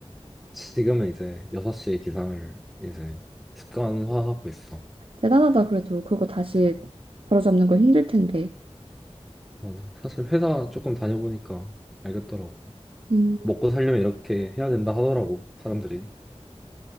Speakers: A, in the centre; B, on the right.
A: 지금은 이제 6시에 기상을 이제 습관화하고 있어
B: 대단하다 그래도 그거 다시 바로잡는 거 힘들 텐데.
A: 맞아 사실 회사 조금 다녀보니까 알겠더라고
B: 음,
A: 먹고 살려면 이렇게 해야 된다 하더라고, 사람들이.